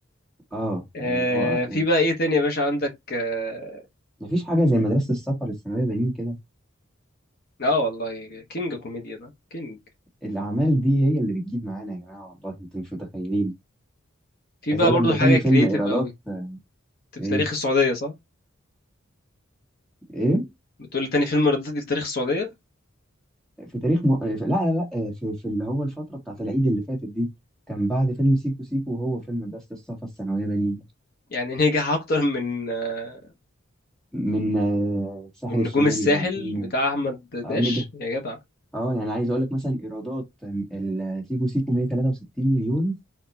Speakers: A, in the centre; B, on the left.
A: اه
B: آه
A: يعني اللي هو
B: في
A: يعني
B: بقى ايه تاني يا باشا عندك اه
A: مفيش حاجه زي مدرسه السفر الثانويه بنين كده
B: آه والله كينج كوميديا ده كينج
A: الاعمال دي هي اللي بتجيب معانا يا جماعه والله انتوا مش متخيلين
B: في
A: عايز
B: بقى
A: اقول
B: برضو
A: لك ده
B: حاجه
A: تاني
B: كرييتيف
A: فيلم ايرادات
B: قوي
A: آه،
B: في
A: ايه
B: تاريخ السعوديه صح
A: ايه
B: بتقول تاني فيلم رديف في تاريخ السعودية
A: في تاريخ م... آه، في... لا لا لا آه، في... في اللي هو الفتره بتاعت العيد اللي فاتت دي كان بعد فيلم سيكو سيكو وهو فيلم مدرسه السفر الثانويه بنين
B: يعني نجح أكتر من آه،
A: من آه، الساحل
B: من
A: الشمالي
B: نجوم الساحل
A: ده ولا فيلم
B: بتاع أحمد داش
A: اه نجح
B: يا جدع
A: اه يعني عايز اقول لك مثلا ايرادات آم، ال- سيكو سيكو 163 مليون